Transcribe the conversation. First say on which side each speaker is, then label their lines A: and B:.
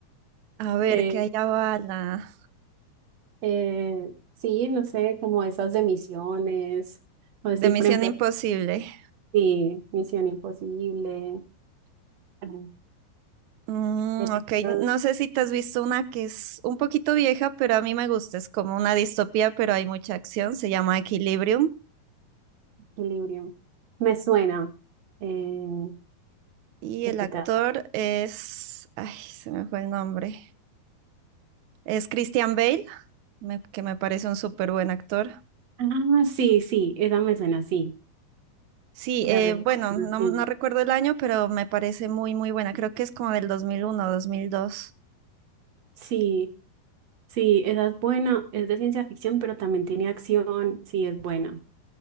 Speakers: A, on the right; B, on the right.
A: A ver,
B: Eh,
A: que hay bala.
B: eh, sí, no sé, como esas de misiones, o así,
A: De Misión
B: por ejemplo,
A: Imposible.
B: sí, Misión Imposible. eh,
A: Mm,
B: El
A: ok,
B: estado
A: no
B: de
A: sé si te has visto una que es un poquito vieja, pero a mí me gusta. Es como una distopía, pero hay mucha acción. Se llama Equilibrium.
B: equilibrio, Me suena. Eh,
A: Y
B: ¿de
A: el
B: qué
A: actor
B: trata?
A: es... Ay, se me fue el nombre. Es Christian Bale, me- que me parece un súper buen actor.
B: Ah, sí, sí, esa me suena, sí.
A: Sí,
B: Ya
A: eh,
B: recuerdo,
A: bueno, no,
B: sí.
A: no recuerdo el año, pero me parece muy, muy buena. Creo que es como del dos dos mil uno dos mil dos
B: Sí, sí, esa es buena. Es de ciencia ficción, pero también tiene acción. Sí, es buena.